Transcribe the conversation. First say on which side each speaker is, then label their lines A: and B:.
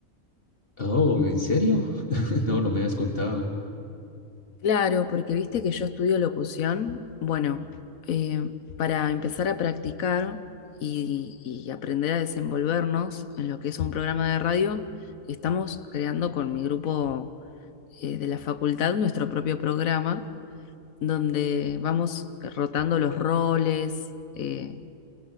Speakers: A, on the left; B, on the left.
A: Oh, ¿en serio? <laughs> No, no me has contado.
B: Claro, porque viste que yo estudio locución. Bueno, eh, para empezar a practicar y, y aprender a desenvolvernos en lo que es un programa de radio, estamos creando con mi grupo eh, de la facultad nuestro propio programa donde vamos rotando los roles eh,